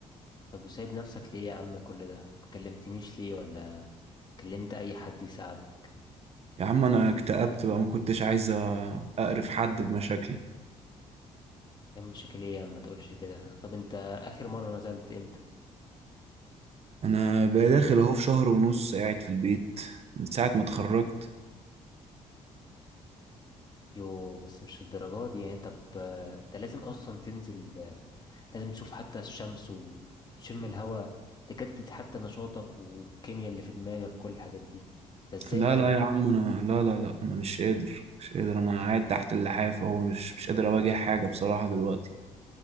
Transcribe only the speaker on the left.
طب وسايب نفسك ليه يا عم كل ده ما كلمتنيش ليه ولا كلمت اي حد يساعدك
يا عم مشاكل ايه يا عم ما تقولش كده طب انت اخر مرة نزلت امتى
يو بس مش الدرجات دي يعني طب آه، انت لازم اصلا تنزل آه، لازم تشوف حتى الشمس و- وتشم الهواء تجدد حتى نشاطك والكيمياء اللي في دماغك كل الحاجات دي ده ازاي
ما